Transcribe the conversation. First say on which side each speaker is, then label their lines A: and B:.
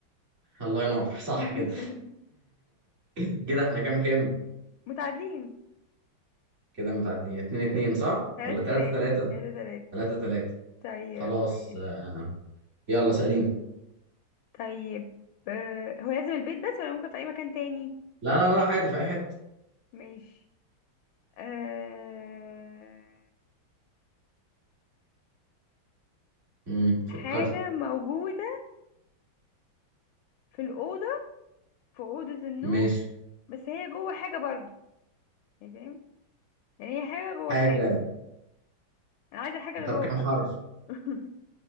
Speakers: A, on the right; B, on the left.
A: الله ينور صح
B: <laughs>
A: كده <laughs> كده احنا كام كام
B: متعادلين
A: كده متعادلين اتنين
B: تلاتة
A: اتنين صح
B: تلاتة
A: ولا تلاتة
B: تلاتة
A: تلاتة
B: تلاتة تلاتة
A: تلاتة تلاتة
B: طيب
A: خلاص
B: ماشي
A: آه يلا سأليني
B: طيب آه هو لازم البيت بس ولا ممكن في أي مكان تاني
A: لا لا لا عادي في اي حتة
B: ماشي آه
A: امم فكرت
B: حاجة موجودة في الأوضة في أوضة النوم
A: ماشي
B: بس هي جوه حاجة برضو يعني فاهم يعني هي حاجة جوه
A: حاجة
B: حاجة أنا عايزة الحاجة اللي
A: طب
B: جوه
A: كم حرف
B: <laughs>